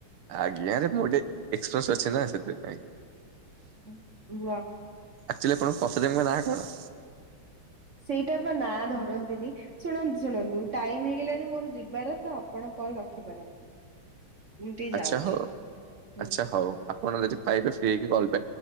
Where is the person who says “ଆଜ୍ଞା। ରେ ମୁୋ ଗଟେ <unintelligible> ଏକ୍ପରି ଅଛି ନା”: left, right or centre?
Right